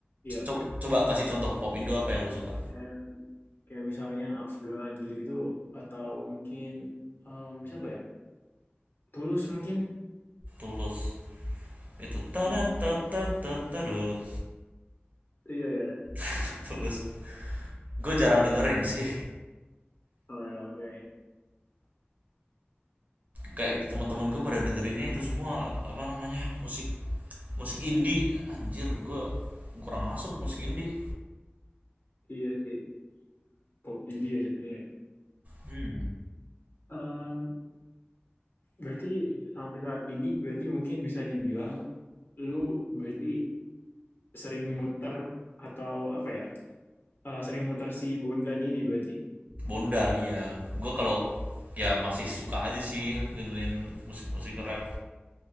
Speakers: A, on the left; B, on the right.
A: iya.
B: Co- Coba kasih contoh pop Indo apa yang lu suka?
A: Dan kayak misalnya Afgan gitu-gitu atau mungkin em, siapa ya? Tulus mungkin.
B: Tulus. Itu tadatatatatatatut.
A: Hmm, iya ya.
B: <laughs> Tulus. Gue jarang dengerin sih.
A: Oh, ya, oke.
B: Kayak teman-teman gue pada dengerinnya itu semua apa namanya? Musik musik indie. Anjir, gue kurang masuk musik indie.
A: Iya sih, pop India jatuhnya. ya.
B: Hmm.
A: Em, berarti sampai saat ini berarti mungkin bisa dibilang lu berarti sering muter atau apa ya? eh, sering muter si Bondan ini berarti.
B: Bondan ya Gue kalau ya
A: Oke.
B: masih suka aja sih dengerin musik-musik rap.